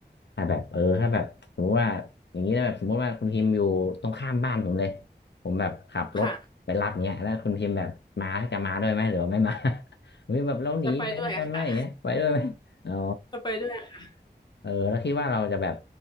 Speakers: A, on the left; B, on the left.
A: ถ้าแบบเออถ้าแบบสมมติว่าอย่างนี้นะแบบสมมติว่าคุณพิมพ์อยู่ตรงข้ามบ้านผมเลยผมแบบขับรถ
B: ค่ะ
A: ไปรับเนี้ยแล้วคุณพิมพ์แบบมาจะมาด้วยไหมหรือว่าไม่มา <laughs> วิแบบเราหนีไปด้วยกันไหมอย่างเงี้ยไปด้วยไหมอ๋อ
B: จะไปด้วยอะค่ะจะไปด้วยอะค่ะ
A: เออแล้วคิดว่าเราจะแบบ